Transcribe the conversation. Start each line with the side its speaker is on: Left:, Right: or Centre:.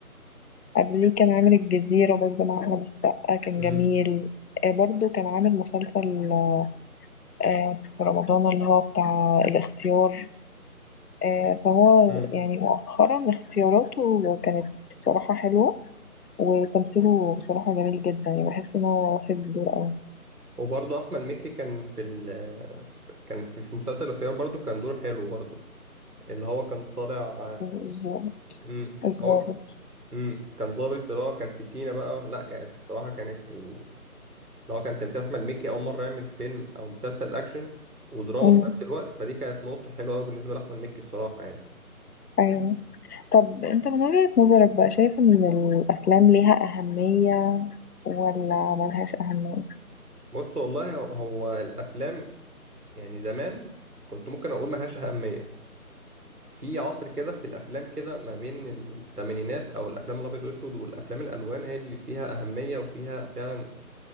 Left: قبليه كان عامل الجزيرة برضه مع أحمد السقا كان
Right: امم
Left: جميل آه، برضه كان عامل مسلسل آه، آه، في رمضان اللي هو بتاع الاختيار آه، فهو
Right: امم
Left: يعني مؤخرا اختياراته كانت بصراحة حلوة وتمثيله بصراحة جميل جدا يعني بحس إن هو واخد دور أوي
Right: وبرضه احمد مكي كان في ال... كان في في مسلسل الخيار برضه كان دوره حلو برضه اللي هو كان طالع
Left: الظابط
Right: امم
Left: الظابط
Right: هو امم كان ظابط اللي هو كان في سينا بقى لا كانت الصراحه كانت ال- اللي هو كان تمثيل احمد مكي اول مره يعمل فيلم او مسلسل اكشن ودراما
Left: أمم،
Right: في نفس الوقت فدي كانت نقطه حلوه قوي بالنسبه لاحمد مكي الصراحه يعني
Left: أيوه طب أنت من وجهة نظرك بقى شايف إن الأفلام ليها أهمية ولا ملهاش أهمية؟
Right: بص والله هو هو الافلام يعني زمان كنت ممكن اقول ما لهاش اهميه في عصر كده في الافلام كده ما بين الثمانينات او الافلام الابيض واسود والافلام الالوان هي اللي فيها اهميه وفيها فعلا